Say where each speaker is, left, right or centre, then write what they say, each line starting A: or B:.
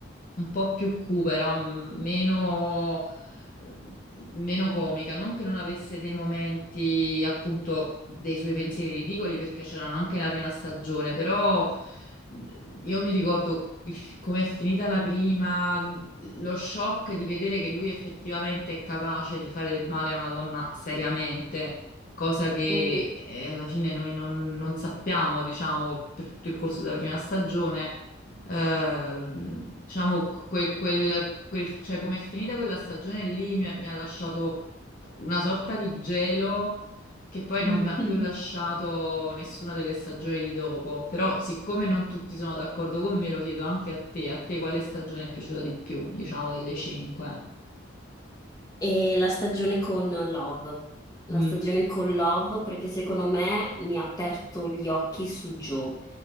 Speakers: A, on the left; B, on the left.
A: un po' più cupa, era meno, mm, meno comica. Non che non avesse dei momenti, appunto, dei suoi pensieri ridicoli, perché c'erano anche nella prima stagione, però mm, io mi ricordo com'è finita la prima, lo shock di vedere che lui effettivamente è capace di fare del male a una donna seriamente cosa che
B: mm,
A: eh, alla fine noi non, non sappiamo, diciamo, per tutto il corso della prima stagione, ehm, diciamo, que- quel, quel- cioè come è finita quella stagione lì mi, ha mi ha lasciato una sorta di gelo che poi non
B: mm.
A: mi ha più lasciato
B: <laughs>
A: nessuna delle stagioni di dopo, però siccome non tutti sono d'accordo con me, lo chiedo anche a te, a te quale stagione è piaciuta di più, diciamo, delle cinque?
B: E la stagione con Love, la
A: Mm.
B: stagione con Love perché secondo me mi ha aperto gli occhi su Joe.